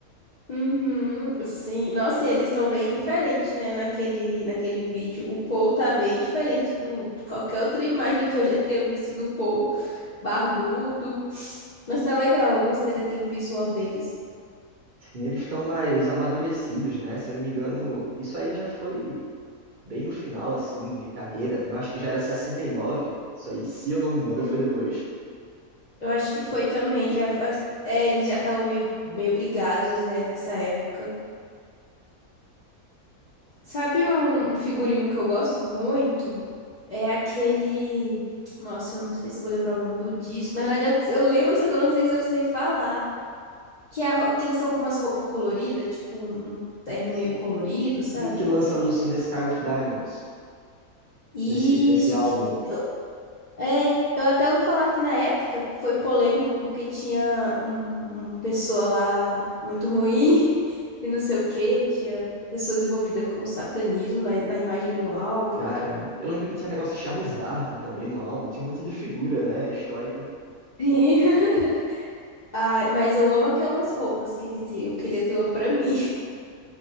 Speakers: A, on the left (about 85°); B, on the right (about 55°).
A: Uhum, sim. Nossa, e eles estão bem diferentes, né? Naquele, naquele vídeo. O Paul tá bem diferente do, de qualquer outra imagem que eu já tenha visto do Paul. Barbudo. Mas tá legal, eu gostei daquele visual deles.
B: E eles estão mais amadurecidos, né? Se eu não me engano, isso aí já foi bem no final, assim, de carreira, né? Eu acho que já era 69, isso aí, se eu não me engano,
A: Hum,
B: ou foi depois.
A: eu acho que foi também. Já, é, eles já estavam meio, meio brigados, né, nessa época. Sabe um, um figurino que eu gosto muito? É aquele. Nossa, eu não sei se eu vou lembrar o nome do disco. Na verdade, eu, eu lembro, só que eu não sei se eu sei falar. Que, é a ro- que eles estão com umas roupas coloridas, tipo um, um terno
B: Sei,
A: meio colorido, sabe?
B: sei que lança Lucy in the Sky with Diamonds
A: Isso,
B: nesse, nesse álbum.
A: que. eu- É, eu até ouvi falar que na época foi polêmico porque tinha um- uma pessoa lá muito ruim <laughs> e não sei o quê, tinha pessoas envolvidas com satanismo na, na imagem do álbum.
B: Caramba, eu lembro que tinha negócio de Charles Darwin também no álbum, tinha um monte de figura, né, histórica.
A: Sim. <laughs> Ai, mas eu amo aquelas roupas que ele tem, eu queria ter uma pra mim. <laughs>